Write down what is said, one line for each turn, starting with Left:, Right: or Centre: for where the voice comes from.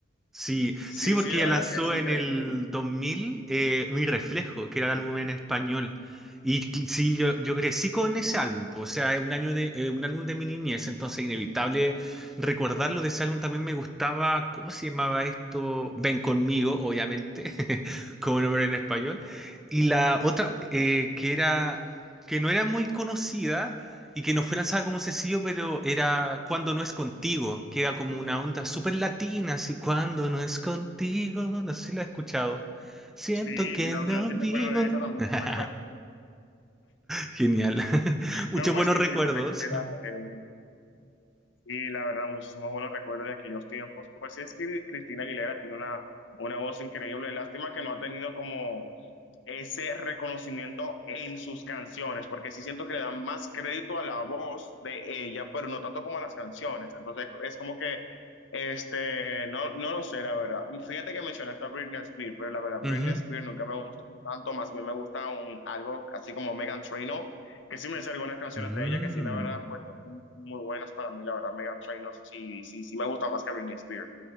Centre: Sí,
Left: Sí,
Centre: sí, porque
Left: sí, la
Centre: ella lanzó
Left: verdad que es increíble.
Centre: en el 2000 eh, Mi Reflejo, que era el álbum en español. Y cl- sí, yo, yo crecí con ese álbum, po, o sea, es un año de, eh, un álbum de mi niñez, entonces inevitable recordarlo de ese álbum. También me gustaba, ¿cómo se llamaba esto? Ven conmigo, obviamente, <laughs> como nombre en español. Y la otra, eh, que era, que no era muy conocida, y que no fue lanzada como sencillo, pero era Cuando no es contigo, que era como una onda súper latina, así Cuando no es contigo, no sé si la has escuchado. Siento
Left: Sí, y
Centre: que
Left: la
Centre: no
Left: verdad sí
Centre: vivo.
Left: me acuerdo de esa también,
Centre: <laughs>
Left: sí me acuerdo.
Centre: Genial. <laughs> Muchos
Left: No, pues
Centre: buenos
Left: sí,
Centre: recuerdos.
Left: Cristina Aguilera, eh, sí, la verdad, muchísimos buenos recuerdos de aquellos tiempos. Pues sí, es que Cristina Aguilera tiene una, una voz increíble, lástima que no ha tenido como ese reconocimiento en sus canciones, porque sí siento que le dan más crédito a la voz de ella, pero no tanto como a las canciones. Entonces es como que, este, no, no lo sé, la verdad. Fíjate que mencionaste a Britney Spears, pero la verdad,
Centre: Ujú.
Left: Britney Spears nunca me gustó tanto, más bien me gusta un, algo así como Megan Trainor, que sí me sé algunas canciones
Centre: Mm.
Left: de ella, que sí, la verdad, pues son muy buenas para mí, la verdad, Megan Trainor sí, sí, sí me gusta más que Britney Spears.